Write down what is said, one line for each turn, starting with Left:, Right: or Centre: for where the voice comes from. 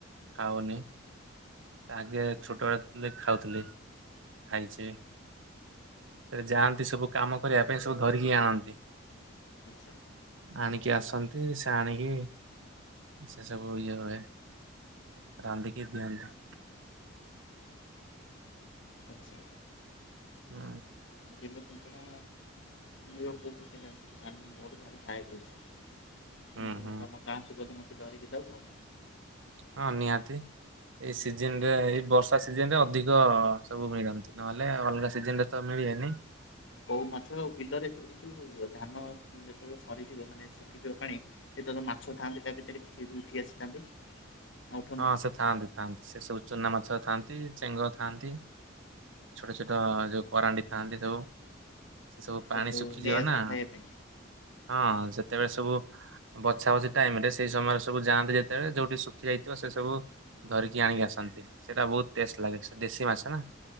Right: ଖାଉନି। ଆଗେ ଛୋଟ ହେଇଥିଲି ଖାଉଥିଲି ଖାଇଛି। ଆରେ ଯାଆନ୍ତି ସବୁ କାମ କରିବା ପାଇଁ ସବୁ ଧରିକି ଆଣନ୍ତି।
Left: ଆଚ୍ଛା
Right: ଆଣିକି ଆସନ୍ତି ସେ ଆଣିକି ସେ ସବୁ ଇଏ ହୁଏ, ରାନ୍ଧିକି ଦିଅନ୍ତି।
Left: ଆଚ୍ଛା।
Right: ହୁଁ।
Left: ବିଲ କଙ୍କଡା ଇଏ କୋଉଠୁ କେଜାଣି? ଆମେ ମୋର ଭାରି ଖାଇବାକୁ ଇଚ୍ଛା,
Right: ହୁଁ
Left: ମୁଁ
Right: ହୁଁ
Left: ତମ ଗାଁଆକୁ ଗଲେ ମତେ ଧରିକି ଦେବ।
Right: ହଁ ନିହାତି। ଏଇ ସିଜନ ରେ ଏଇ ବର୍ଷା ସିଜନ ରେ ଅଧିକ ସବୁ ମିଳନ୍ତି, ନହେଲେ ଅଲଗା ସିଜନ ରେ ତ ମି ଳେନି
Left: କୋଉ ମାଛ ଆଉ ବିଲରେ ଏଇ ଯୋଉ ଧାନ ଯେତେବେଳେ ମରିଯିବ ମାନେ ଶୁଖିଯିବ ପାଣି ସେତେବେଳେ ମାଛ ଥାଆନ୍ତି ତା ଭିତରେ କିଛି ଉଠି ଆସିଥାନ୍ତି। ନା ଉଠନ୍ତିନି
Right: ହଁ ସେ ଥାଆନ୍ତି ଥାଆନ୍ତି ସେ ସବୁ ଚୁନା ମାଛ ଥାଆନ୍ତି ଚେଙ୍ଗ ଥାଆନ୍ତି। ଛୋଟ ଛୋଟ ଯୋଉ କରାଣ୍ଡି ଥାଆନ୍ତି ସବୁ ସେ ସବୁ ପାଣି
Left: ତାକୁ
Right: ଶୁଖିଯିବ
Left: ନେଇ ଆସ
Right: ନା
Left: ଖାଇବା ପାଇଁ।
Right: ହଁ ସେତେବେଳେ ସବୁ ବଛା ବଛିି ଟାଇମ ରେ ସେଇ ସମୟରେ ସବୁ ଯାଆନ୍ତି, ଯେତେବେଳେ ଯୋଉଠି ଶୁଖି ଯାଇ ସେ ସବୁ ଧରିକି ଆଣିକି ଆସନ୍ତି, ସେଟା ବହୁତ ଟେଷ୍ଟ ଲାଗେ ସେ ଦେଶୀ ମାଛ ନା।